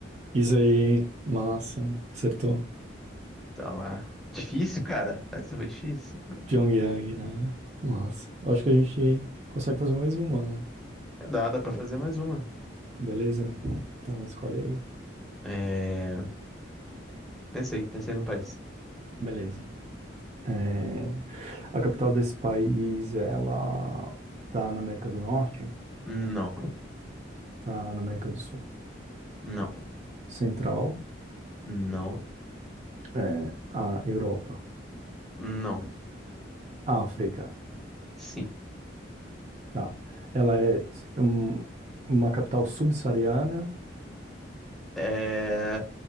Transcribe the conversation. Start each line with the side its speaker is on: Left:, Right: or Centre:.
Right: Isso aí, massa. Acertou.
Centre: Tá lá. Difícil, cara. Essa foi difícil.
Right: Pyongyang, né? Massa. Acho que a gente consegue fazer mais uma, né?
Centre: Dá, dá pra fazer mais uma.
Right: Beleza? Então escolhe aí.
Centre: É... Pensei, pensei no país.
Right: Beleza. É, A capital desse país, ela tá na América do Norte,
Centre: Não,
Right: tá na América do Sul,
Centre: não,
Right: Central,
Centre: não,
Right: é, a Europa,
Centre: não.
Right: África,
Centre: Sim.
Right: tá. Ela é um- uma capital subsaariana,
Centre: É...